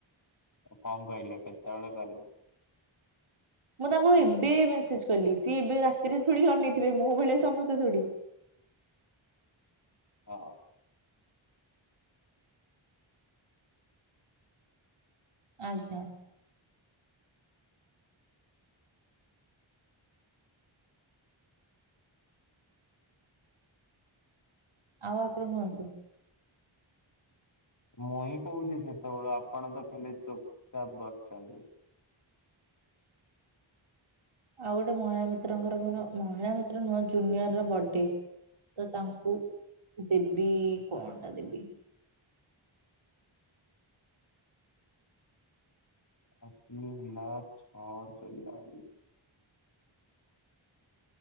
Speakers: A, on the left (about 40°); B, on the right (about 85°).
A: କଣ କହିଲେ କେତେବେଳେ କରିବ?
B: ମୁଁ ତାଙ୍କୁ ଏବେ ମେସେଜ କଲି ସିଏ ଏବେ ରାତିରେ ଥୋଡି ଅନେଇଥିବେ, ମୋ ଭଳିଆ ସମସ୍ତେ ଥୋଡି।
A: ହଁ।
B: ଆଜ୍ଞା। ଆଉ ଆପଣ କୁହନ୍ତୁ।
A: ମୁଁ ହିଁ କହୁଚି ସେତେବେଳୁ ଆପଣ ତ ଖାଲି ଚୁପଚାପ୍ ବସିଛନ୍ତି।
B: ଆଉ ଗୋଟେ ମହିଳା ମିତ୍ରଙ୍କର ମୋର ମହିଳା ମିତ୍ର ନୁହଁ ଜୁନିୟର ର ବର୍ଥଡେ। ତ ତାଙ୍କୁ ଦେବି କଣ ଟା ଦେବି।
A: ଆକଚୁଆଲି ହେଲା ଛଅ ଜୁଲାଇ।